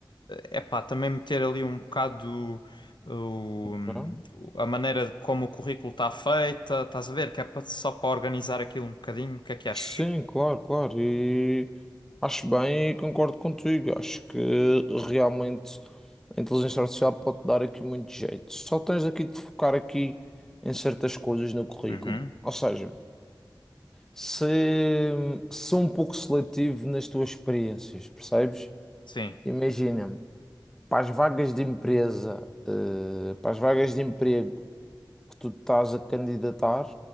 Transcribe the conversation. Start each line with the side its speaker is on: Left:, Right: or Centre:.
Left: é pá, também meter ali um bocado o-
Centre: tá?
Left: a maneira como o currículo está feita, estás a ver? Que é pa- só para organizar aquilo um bocadinho. O que é que achas?
Centre: Sim, claro, claro. E acho bem e concordo contigo. Acho que realmente a inteligência artificial pode dar aqui muito jeito. Só tens aqui de focar aqui em certas coisas no currículo.
Left: Uhum.
Centre: Ou seja, se ser um pouco seletivo nas tuas experiências, percebes?
Left: Sim.
Centre: Imagina, para as vagas de empresa, eh, para as vagas de emprego que tu estás a candidatar,